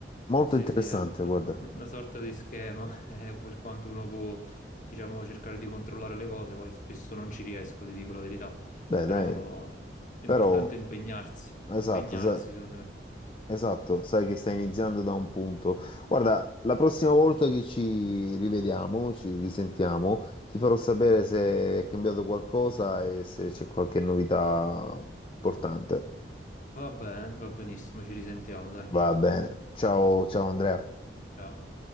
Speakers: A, on the left; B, on the left.
A: molto
B: sì,
A: interessante,
B: sì, è una,
A: guarda.
B: una sorta di schema, <laughs> eh, per quanto uno può, diciamo, cercare di controllare le cose, poi spesso non ci riesco, ti dico la verità,
A: Beh,
B: però
A: dai,
B: l'importante
A: però,
B: è impegnarsi,
A: esatto,
B: impegnarsi
A: sai,
B: secondo me.
A: esatto, sai che stai iniziando da un punto. Guarda, la prossima volta che ci rivediamo, ci risentiamo, ti farò sapere se è cambiato qualcosa e se c'è qualche novità importante.
B: Va bene, va benissimo, ci risentiamo, dai.
A: Va bene. Ciao, ciao Andrea.
B: Ciao.